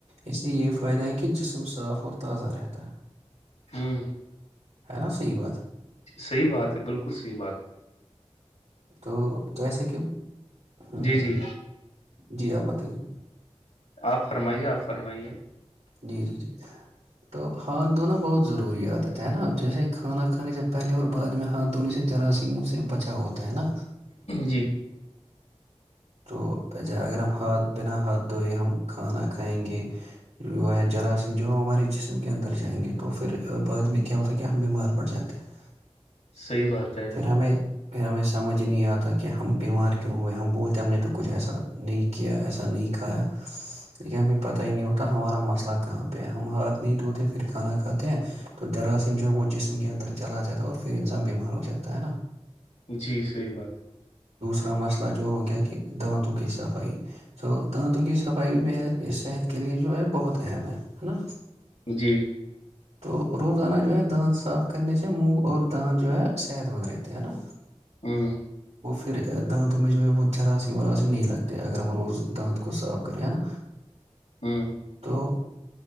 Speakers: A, on the right; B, on the left.
A: اس سے یہی فائدہ ہے کہ جسم صاف اور تازہ رہتا ہے
B: ہوں
A: ہے نا صحیح بات ہے
B: صحیح بات ہے بالکل صحیح بات ہے
A: تو جیسا کہ ہوں
B: جی
A: ہوں
B: جی
A: جی آپ بتائیے
B: آپ فرمائیے آپ فرمائیے
A: جی جی جی تو ہاتھ دھونا بہت ضروری آدتا ہے نا جیسے کھانا کھانے سے پہلے اور بعد میں ہاتھ دھونے سے جراثیم سے بچا ہوتا ہے نا
B: جی
A: تو اگر ہم ہاتھ بنا ہاتھ دھوئئے ہم کھانا کھائیں گے جو ہے جراثیم جو ہے ہمارے جسم کے اندر جائیں گے تو پھر بعد میں کیا ہوتا ہے کہ ہم بیمار پڑ جاتے ہیں
B: صحیح بات ہے
A: پھر ہمیں پھر ہمیں سب سمجھ نہیں آتا کہ ہم بیمار کیوں ہوئے ہم بولتے ہم نے تو کچھ ایسا نہیں کیا ایسا نہیں کھایا لیکن ہمیں پتہ ہی نہیں ہوتا ہمارا مسئلہ کہاں پہ ہماتھ نہیں دھوتے پھر کھانا کھاتے ہیں تو جراثیم جو ہے وہ جسم کے اندر چلا جاتا ہے اور پھر انسان بیمار ہو جاتا تو ہے نا
B: جی صحیح بات ہے
A: اپا مسئلہ جو ہو گیا کہ دانتوں کی صفائی س دانتوں کی صفائی بھی صحت کے لیے جو ہے بہت اہم ہے نا
B: ہے جی
A: تو روزانہ جو ہے دانت صاف کرنے سے منگ اور داند جو ہے صحت مند رہتی ہے نا
B: ہاں
A: پ دانتدوں میں جو میں ب وہ ج چھراس س وھراسسی ہم ن نہیں لگتے ہیں اگر ہم روز دانت کو صاف کرے ہیں نا
B: ہوں
A: تو